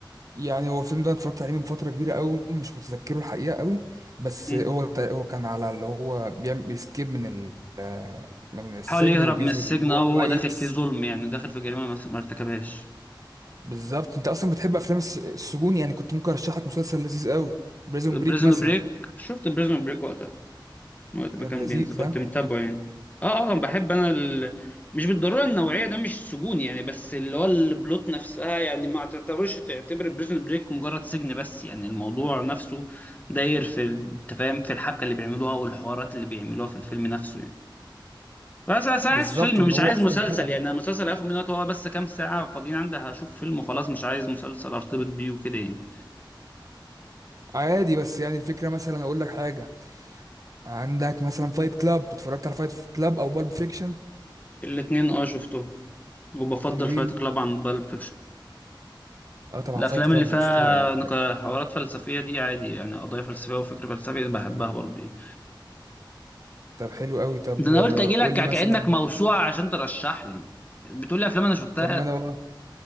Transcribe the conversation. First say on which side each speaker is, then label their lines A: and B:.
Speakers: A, on the right (about 45°); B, on the left (about 20°).
A: يعني هو الفيلم ده أنا اتفرجت عليه من فترة كبيرة قوي ومش متذكره الحقيقة قوي بس
B: مم.
A: هو تق- هو كان على اللي هو بيعمل بيسكيب من ال من السجن
B: حاول يهرب
A: وبيثبت
B: من السجن
A: ان هو
B: او
A: كويس
B: هو داخل فيه ظلم يعني داخل في جريمه ما ما ارتكبهاش
A: بالظبط انت اصلا بتحب افلام الس- السجون يعني كنت ممكن ارشح لك مسلسل لذيذ قوي بريزون
B: بريزون
A: بريك مثلا
B: بريك شفت بريزون بريك وقتها وقت ما
A: كان
B: كان
A: لذيذ
B: بينزل كنت
A: ها
B: متابعه يعني اه اه بحب انا ال... مش بالضروره النوعيه ده مش سجون يعني بس اللي هو البلوت نفسها يعني ما تعتبرش تعتبر بريزن بريك مجرد سجن بس يعني الموضوع نفسه داير في ال- انت فاهم في الحبكه اللي بيعملوها والحوارات اللي بيعملوها في الفيلم نفسه يعني بس بس انا
A: بالظبط
B: عايز فيلم
A: وان
B: مش
A: هو
B: عايز
A: اصلا
B: مسلسل
A: حلقة
B: يعني انا المسلسل هاخد منه وقت هو بس كام ساعه فاضيين عندي هشوف فيلم وخلاص مش عايز مسلسل ارتبط بيه وكده يعني
A: عادي بس يعني الفكرة مثلا اقول لك حاجة عندك مثلا فايت كلاب اتفرجت على فايت كلاب او بالب فيكشن
B: الاتنين اه شفتهم وبفضل
A: حلوين
B: فايت كلاب عن بالب فيكشن.
A: اه طبعا
B: الافلام
A: فايت كلاب
B: اللي فيها
A: ده اسطورة يعني طيب،
B: نقا- حوارات فلسفيه دي عادي يعني قضايا فلسفيه وفكر فلسفي بحبها برضه يعني
A: طب حلو قوي طب
B: ده انا
A: آه،
B: قلت اجي لك
A: قول
B: كانك
A: لي مثلا
B: موسوعه عشان ترشح لي بتقول لي افلام انا شفتها
A: طب ما انا